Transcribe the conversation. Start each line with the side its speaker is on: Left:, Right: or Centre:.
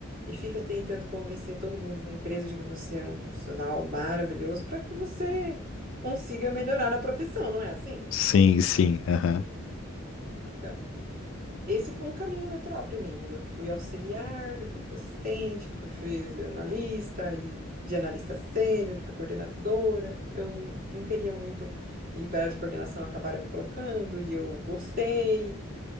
Right: e fica tentando convencer todo mundo na empresa de que você é um profissional maravilhoso para que você consiga melhorar na profissão, não é assim?
Left: Sim, sim. aham.
Right: Então, esse foi um caminho natural para mim. Eu fui auxiliar, depois fui assistente, depois fui analista e de analista sênior, depois coordenadora. Eu n- não queria muito ir para a área de coordenação, acabaram me colocando e eu gostei.